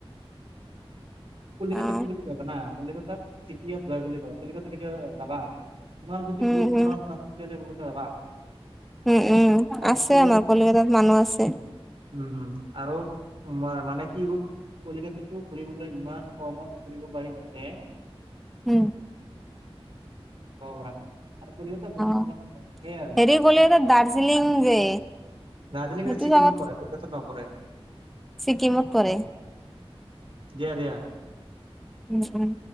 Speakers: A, on the right; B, in the centre.
A: কলিকতা
B: অ'
A: কি বুলি কয়িব না। কলিকাত চিটিত হয় বুলি কয় কলিকতা কেতিয়া যাবা তোমাৰ যদি
B: উম
A: বহুত পৰাণ
B: উম
A: তেতিাহলে ব যাবা
B: উম উম
A: আৰু
B: আছে
A: কলি
B: আমাৰ কলিকতাত মানুহ আছে।
A: উম উম আৰু মানে কি কলিকটাতো। ফুৰিবলৈ ইমান কমত ফুৰিব পাৰি যাতে
B: উম
A: <unintelligible> <unintelligible> বহুত
B: অ'
A: মানে সেয়াই আৰু
B: হেৰি বোলে দাৰ্জিলিং যে
A: <unintelligible>
B: সেইটো
A: চিকিমত
B: জাগাত
A: পৰা কৰে ককাত নপৰে
B: ছিকিমত পৰে।
A: দিয়া দিয়া।
B: উম উম।